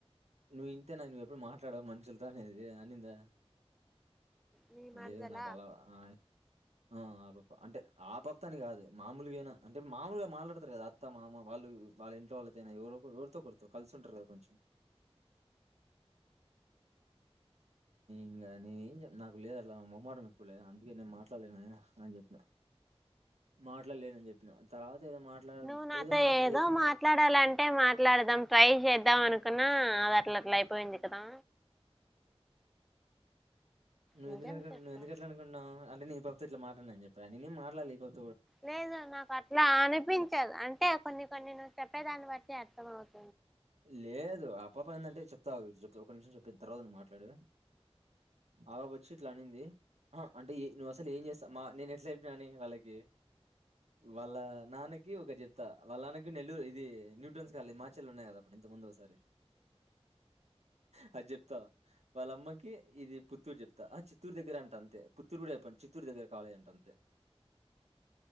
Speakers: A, on the right; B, in the centre.
A: నువ్వు ఇంతేనా నువ్వు ఎప్పుడు మాట్లాడవ మనుషులతో అనేద అనిందా
B: నీ మరదల
A: లేదు నాకు అలావ ఆ ఆ నాలుగు <unintelligible> అంటే ఆ పాపతోనే కాదు మామూలుగైనా అంటే మామూలుగా మాట్లాడతారు కదా అత్త మామ వాళ్ళు వాళ్ళ ఇంట్లో వాళ్ళు ఎవరితో కొకరితో కలిసు ఉంటారు కదా కొంచెం ఇంకా నేను ఏందో నాకు లేదు అలా మొమ్మాటం <unintelligible> లే అందుకే నేను మాట్లాడలేనా అని చెప్పినాను మాట్లాడలేదని చెప్పిన ఏదో మాట్లాడ
B: నువ్వు నాతో
A: మాట్లా
B: ఏదో
A: ఎప్పుడు
B: మాట్లాడాలంటే మాట్లాడదాం ట్రై చేద్దాం అనుకున్నా అట్లా అట్లా అయిపోయింది కదా
A: నువ్
B: నిజం
A: ఎందుకు అనుకుంటున్నావు
B: చెప్పు
A: నువ్వుందుకు అట్ల అనుకున్నావ్ అంటే నేనుఈ పాపతో ఇట్లా మాట్లాడ అని చెప్పా నేనేం మాట్లాలా ఈ పాప
B: లేదు నాకు అట్లా అనిపించదు అంటే కొన్ని కొన్ని నువ్వు చెప్పేదాన్ని బట్టి అర్థం అవుతు
A: లేదు ఆ పాప ఏందంటే చెప్తా అగు ఒక నిమిషం చెప్పిన తర్వాత నువ్వు మాట్లాడు తరువ సో ఇట్లా అనింది ఆ అంటే నువ్వు అసలు ఏం చేసావ్ మా నేను ఎట్లా చేప్పినా అని వాళ్ళకి వాళ్ళ నాన్నకి ఒకటి చెప్తా వాళ్ళ నాన్నకి నెల్లూరు ఇది న్యూట్రన్స్ కావల్ల మా సెల్ ఉన్నాయి కద అప్పుడు ఇంతకు ముందే ఒకసారి ఒకటి చెప్తా వాళ్ళమ్మకి ఇది పుత్తూరు చెప్తా ఆ చిత్తూరు దగ్గర అంటా అంతే పుత్తూరు కూడా అయిపోయింది చిత్తూరు దగ్గర కావాలి అంట అంతే